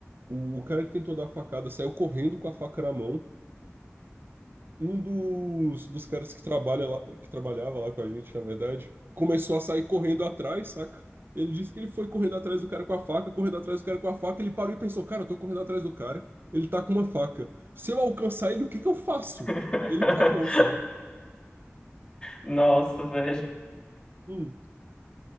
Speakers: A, on the right; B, on the left.
A: o, o cara que tentou dar a facada saiu correndo com a faca na mão. um dos, dos caras que trabalha lá, que trabalhava lá com a gente, na verdade, começou a sair correndo atrás, saca? Ele disse que ele foi correndo atrás do cara com a faca, correndo atrás do cara com a faca, ele parou e pensou, cara, eu tô correndo atrás do cara, ele tá com uma faca. Se eu alcançar ele, o que que eu faço?
B: <laughs>
A: Ele parou, sabe?
B: Nossa, velho.
A: Hum.